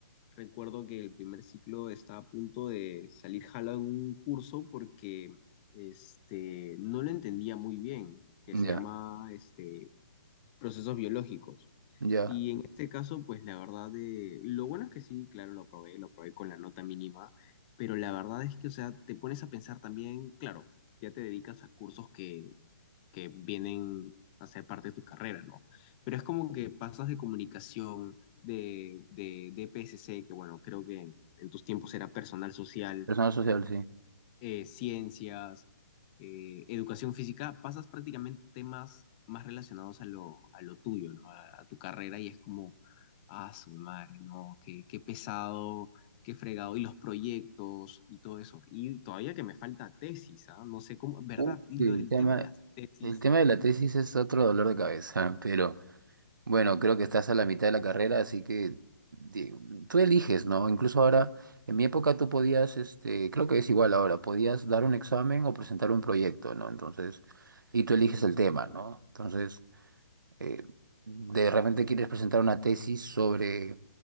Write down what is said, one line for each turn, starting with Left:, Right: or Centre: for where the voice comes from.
Left: recuerdo que el primer ciclo estaba a punto de salir jalado en un curso porque este, no lo entendía muy bien, que
Right: Ya,
Left: se llama este, procesos biológicos
Right: ya.
Left: este caso, pues la verdad de... Lo bueno es que sí, claro, lo probé, lo probé con la nota mínima, pero la verdad es que, o sea, te pones a pensar también, claro, ya te dedicas a cursos que, que vienen a ser parte de tu carrera, ¿no? Pero es como que pasas de comunicación, de, de, de PSC, que bueno, creo que en, en tus tiempos era personal social,
Right: Personal social, sí.
Left: eh, ciencias, eh, educación física, pasas prácticamente temas más relacionados a lo, a lo tuyo, ¿no? A, a tu carrera y es como, ah, su madre, ¿no? Qué, qué pesado, qué fregado, y los proyectos y todo eso. Y todavía que me falta tesis, ¿ah? No sé cómo, ¿verdad?
Right: Uh,
Left: Y
Right: el
Left: lo del
Right: tema,
Left: tema de las tesis.
Right: el tema de la tesis es otro dolor de cabeza, <laughs> pero Bueno, creo que estás a la mitad de la carrera, así que di- tú eliges, ¿no? Incluso ahora, en mi época tú podías, este, creo que es igual ahora, podías dar un examen o presentar un proyecto, ¿no? Entonces, y tú eliges el tema, ¿no? Entonces, eh, de repente quieres presentar una tesis sobre,